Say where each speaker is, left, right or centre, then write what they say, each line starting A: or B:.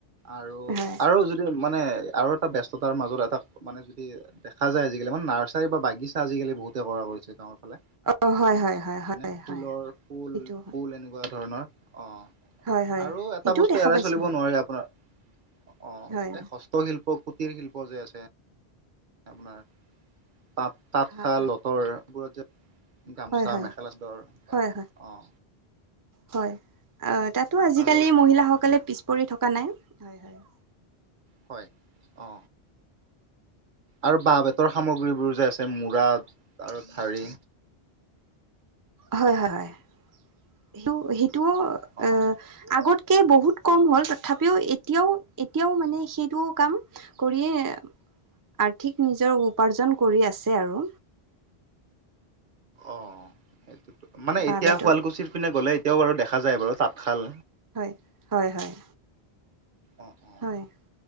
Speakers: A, on the right (about 55°); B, on the right (about 30°).
A: আৰু
B: হয়
A: আৰু যদি মানে আৰু এটা ব্যস্ততাৰ মাজত এটা মানে যদি দেখা যায় আজিকালি মানে নাৰ্চাৰী বা বাগিচা আজিকালি বহুতে কৰা কৰিছে গাঁৱৰ ফালে।
B: অ', হয় হয় হয় হয়
A: মানে ফুলৰ,
B: হয়
A: ফুল-ফুল
B: সেইটো
A: এনেকুৱা ধৰণৰ অঁ।
B: হয় হয়
A: আৰু এটা
B: সেইটোও
A: বস্তু
B: দেখা
A: এৰাই
B: পাইছোঁ
A: চলিব
B: হয়
A: নোৱাৰি আপোনাৰ অ'
B: হয়
A: এই হস্তশিল্পক কুটিৰ শিল্প যে আছে আপোনাৰ তাত-
B: হয়
A: তাঁতশাল, যঁতৰ এইবোৰত যে গামোচা,
B: হয়
A: মেখেলা-চাদৰ
B: হয় হয়
A: অঁ।
B: হয়', তাতো আজিকালি
A: আৰু
B: মহিলাসকলে পিছ পৰি থকা নাই। হয়' হয়'।
A: হয়, অঁ। আৰু বাঁহ- বেতৰ সামগ্ৰীবোৰ যে আছে মূৰা আৰু ধাৰি।
B: হয় হয় হয়, সেইটো সেইটোও
A: অহ',
B: এ আগতকে বহুত কম হ'ল। তথাপিও এতিয়াও এতিয়াও মানে সেইটো কাম কৰিয়ে, আৰ্থিক নিজৰ উপাৰ্জন কৰি আছে আৰু।
A: অঁ, সেইটোতো মানে
B: বাঁহ
A: এতিয়া
B: বেতৰ
A: শুৱালকুছিৰ পিনে গ'লে এতিয়াও বাৰু দেখা যায় বাৰু তাঁতশাল।
B: হয়' হয়' হয়'।
A: অহ-অহ',
B: হয়'